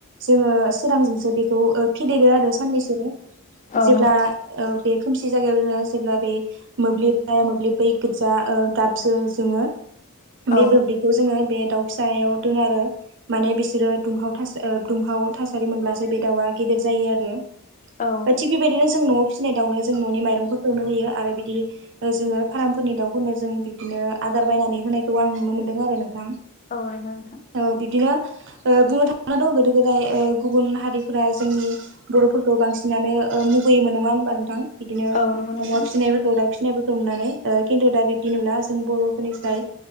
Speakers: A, on the right; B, on the left.
A: जोङो सोरांजोंसो बेखौ ओ फेदेरो आरो साननैसो
B: औ
A: जेब्ला
B: नंगौ
A: ओ बे खोमसि जायगायाव जोङो जेब्ला बे मोब्लिब मोब्लिब बै गोजा गाबजो जोङो <unintelligible> बे
B: औ
A: मोब्लिबखौ जोङो बे दाउ फिसायाव दोनो आरो माने बिसोरो दुंहाव दासा ओ दुंहाव थासारि मोनब्लासो बे दाउआ गिदी र जायो आरो
B: औ
A: थिग बेबायदिनो जों न'आव फिसिनाय दाउनो जों न'नि माइरंफोरखौनो होयो आरो बिदि जोङो फार्मफोरनि दाउफोरनो जों बिदिनो आ दार बायनानै होनायखौ आं नुनो मोन्दों आरो नोंथां
B: औ नंगौ नोंथां।
A: ओ बिब्दिनो ओ बुंनो थाङोबा गोदो-गोदाय गुबुन हारिफोरा जोंनि बर'फोरखौ बांसिनानो ओ मुगैयोमोन नङा होनबा नोंथां बिदिनो
B: औ नंगौ नोंथां
A: अमा फिसिनायफोरखौ दाव फि सिनायफोरखौ नुनानै ओ किन्तु दा बिब्दि नुला जों बर'फोरनिफ्राय